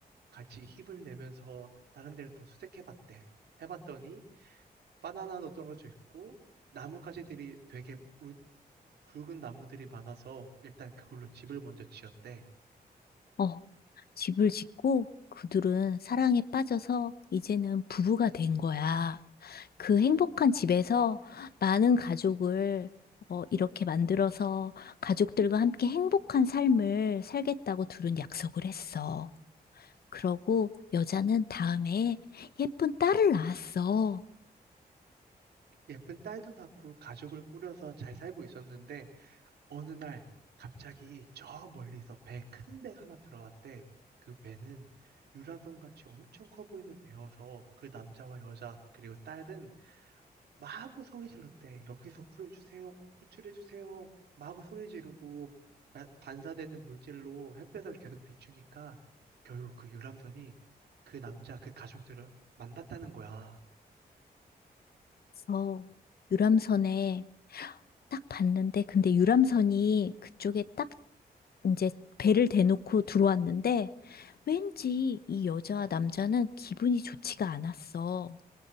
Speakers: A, on the right (about 85°); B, on the left (about 70°).
A: 같이 힘을 내면서 다른 데를 더 수색해봤대. 해봤더니 바나나도 떨어져 있고 나뭇가지들이 되게 우- 굵은 나무들이 많아서 일단 그걸로 집을 먼저 지었대.
B: 어, 집을 짓고 그들은 사랑에 빠져서 이제는 부부가 된 거야. 그 행복한 집에서 많은 가족을 어, 이렇게 만들어서 가족들과 함께 행복한 삶을 살겠다고 둘은 약속을 했어. 그러고 여자는 다음에 예쁜 딸을 낳았어.
A: 예쁜 딸도 낳고 가족을 꾸려서 잘 살고 있었는데 어느 날 갑자기 저 멀리서 배 큰 배가 하나 들어왔대. 그 배는 유람선같이 엄청 커 보이는 배여서 그 남자와 여자 그리고 딸은 마구 소리 질렀대. 여기서 구해주세요. 구출해주세요. 마구 소리 지르고 바- 반사되는 물질로 햇볕을 계속 비추니까 결국 그 유람선이 그 남자 그 가족들을 만났다는 거야.
B: 그래서 유람선에 딱 봤는데, 근데 유람선이 그쪽에 딱 이제 배를 대놓고 들어왔는데 왠지 이 여자와 남자는 기분이 좋지가 않았어.